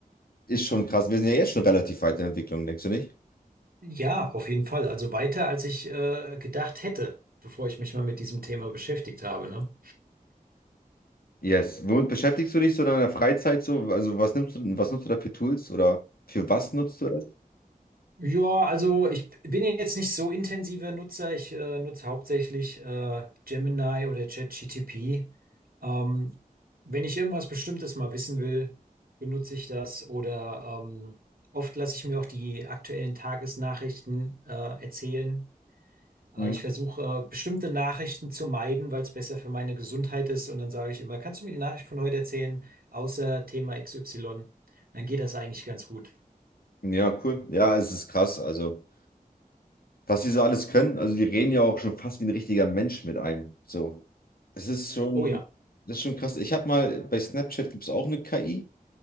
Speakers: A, on the left; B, on the right.
A: ist schon krass. Wir sind ja jetzt schon relativ weit in der Entwicklung, denkst du nicht?
B: Ja, auf jeden Fall. Also weiter, als ich äh, gedacht hätte, bevor ich mich mal mit diesem Thema beschäftigt habe, ne?
A: Yes. Womit beschäftigst du dich so in deiner Freizeit so? Also was nimmst du, was nutzt du da für Tools oder für was nutzt du es?
B: Ja, also ich bin jetzt nicht so intensiver Nutzer. Ich äh, nutze hauptsächlich äh, Gemini oder ChatGTP. Ähm, wenn ich irgendwas Bestimmtes mal wissen will, benutze ich das. Oder ähm, oft lasse ich mir auch die aktuellen Tagesnachrichten äh, erzählen. Äh,
A: Mhm.
B: ich versuche äh, bestimmte Nachrichten zu meiden, weil es besser für meine Gesundheit ist. Und dann sage ich immer, kannst du mir die Nachricht von heute erzählen, außer Thema XY? Dann geht das eigentlich ganz gut.
A: Ja, cool. Ja, es ist krass. Also. was die so alles können. Also die reden ja auch schon fast wie ein richtiger Mensch mit einem. So, es ist schon,
B: Oh ja.
A: das ist schon krass. Ich habe mal, bei Snapchat gibt es auch eine KI